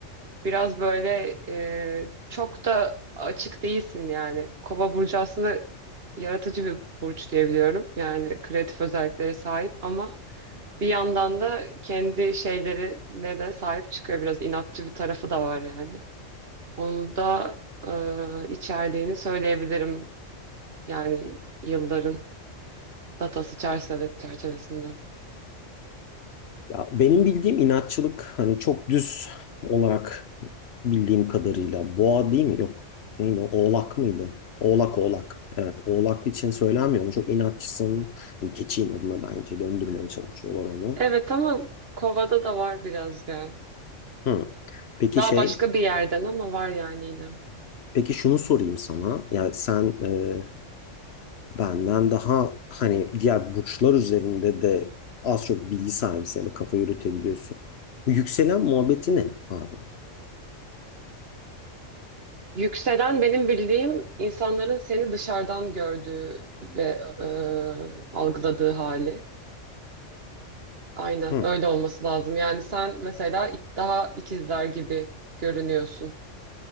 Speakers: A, on the right; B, on the left.
A: Biraz böyle e, çok da açık değilsin yani. Kova burcu aslında yaratıcı bir burç diyebiliyorum. Yani kreatif özelliklere sahip ama bir yandan da kendi şeylerine de sahip çıkıyor. Biraz inatçı bir tarafı da var yani. Onu da e, içerdiğini söyleyebilirim. Yani yılların datası çerçeve çerçevesinde.
B: Ya benim bildiğim inatçılık hani çok düz olarak bildiğim kadarıyla boğa değil mi? Yok. Neydi o? Oğlak mıydı? Oğlak oğlak. Evet oğlak için söylenmiyor mu? Çok inatçısın. Hani keçi inadına bence döndürmeye çalışıyorlar onu.
A: Evet ama Kova'da da var biraz ya.
B: Hı. Peki
A: Daha
B: şey
A: başka bir yerden ama var yani yine.
B: peki şunu sorayım sana. Ya sen e, benden daha hani diğer burçlar üzerinde de az çok bilgi sahibisin ya da kafa yürütebiliyorsun. Bu yükselen muhabbeti ne abi?
A: Yükselen benim bildiğim insanların seni dışarıdan gördüğü ve e, algıladığı hali. Aynen
B: Hı.
A: öyle olması lazım. Yani sen mesela ik- daha ikizler gibi görünüyorsun.